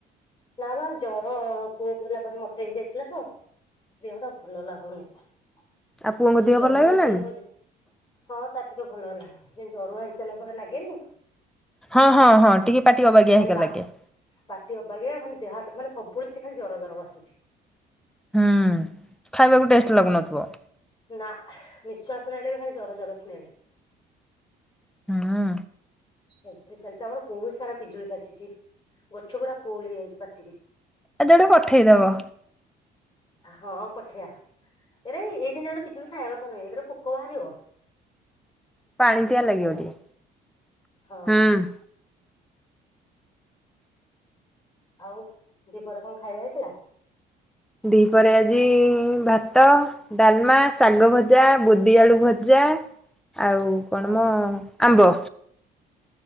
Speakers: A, on the left (about 25°); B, in the centre.
A: ନା ବା ଜର ପୁଅକୁ ହେଲା ପରେ ମତେ ହେଇ ଯାଇଥିଲା ତ? ଦେହ ଟା ଭଲ ଲାଗୁନି ଖାଲି
B: ଆଉ ପୁଅଙ୍କ ଦେହ
A: ଜରୁଆ
B: ଭଲ ହେଇଗଲାଣି?
A: ହେଇସାରିଲା ପରେ ଯେ ହଁ ତା ଟିକେ ଭଲ ହେଲାଣି ସେ ଜରୁଆ ହେଇସାରିଲା ପରେ ଲାଗେନି।
B: ହଁ ହଁ ହଁ ଟିକେ ପାଟି ଅବାଗିଆ
A: ଖାଲି
B: ହେଇଗଲା
A: ବାସି
B: ଲାଗେ।
A: ପାଟି ଅବାଗିଆ ମାନେ ଦେହ ମାନେ ସବୁବେଳେ କିଛି ଖାଲି ଜର ଜର ବାସୁଛି।
B: ହୁଁ, ଖାଇବାକୁ ଟେଷ୍ଟ ଲାଗୁନଥିବ?
A: ନା, ନିଃଶ୍ଵାସ ନେଲେ ବି ଖାଲି ଜର-ଜର ସ୍ମେଲେ।
B: ହୁଁ।
A: ଏମ୍ତି ଚାଲିଚି ଆମର ବହୁତ୍ ସାରା ପିଜୁଳି ପାଚିଚି, ଗଛ ପୁରା ଫୁଲ୍ ହେଇଯାଇଚି ପାଚିକି।
B: ଆଜି ଗୋଟେ ପଠେଇଦବ।
A: ଆ ହଁ ପଠେଇଆ। ଏରେ ଏଇ ଦିନେ ପିଜୁଳି ଖାଇବା କଥା ନୁହେଁ <unintelligible> ପୋକ ବାହାରିବ।
B: ପାଣିଚିଆ ଲାଗିବ
A: ହାଲୋ,
B: ଟିକେ
A: ହଁ।
B: ହୁଁ।
A: ଆଉ ଦୀପହରେ କଣ ଖାଇବା ହେଇଥିଲା?
B: ଦିପହରେ ଆଜି ଭାତ ଡାଲମା, ଶାଗ ଭଜା, ବୋଦିଆଳୁ ଭଜା ଆଉ କଣ
A: ହଁ
B: ମ ଆମ୍ବ।